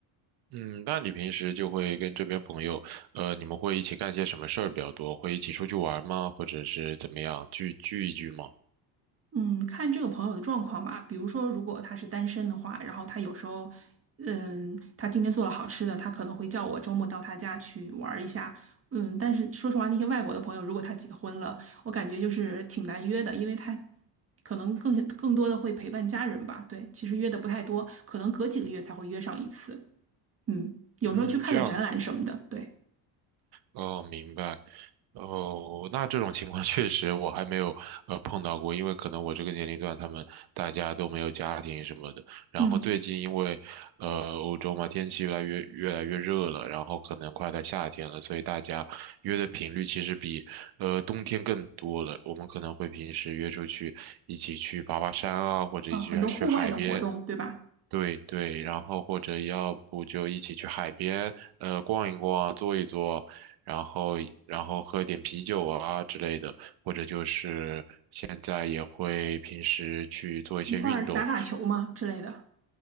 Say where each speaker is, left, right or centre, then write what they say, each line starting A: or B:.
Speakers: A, on the right; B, on the right.
A: 嗯，那你平时就会跟这边朋友，呃，你们会一起干些什么事儿比较多？会一起出去玩吗？或者是怎么样，聚聚一聚吗？
B: 嗯，看这个朋友的状况吧。比如说，如果他是单身的话，然后他有时候，嗯，他今天做了好吃的，他可能会叫我周末到他家去玩儿一下。嗯，但是说实话，那些外国的朋友，如果他结婚了，我感觉就是挺难约的，因为他可能更更多的会陪伴家人吧。对，其实约的不太多，可能隔几个月才会约上一次。嗯，有时候去看个展览什么的。
A: 嗯，这样子。
B: 对，
A: 哦，明白。哦，那这种情况 <laughs> 确实我还没有呃碰到过，因为可能我这个年龄段他们大家都没有家庭什么的。然后最近因为呃欧洲嘛，
B: 嗯，
A: 天气越来越越来越热了，然后可能快到夏天了，所以大家约的频率其实比呃冬天更多了。我们可能会平时约出去一起去爬爬山啊，或者一起去去海边
B: 啊，很多户外的活动，对吧？
A: 对对，然后或者要不就一起去海边，呃，逛一逛，坐一坐，然后然后喝点啤酒啊之类的，或者就是现在也会平时去做一些运动，
B: 一块儿打打球嘛之类的。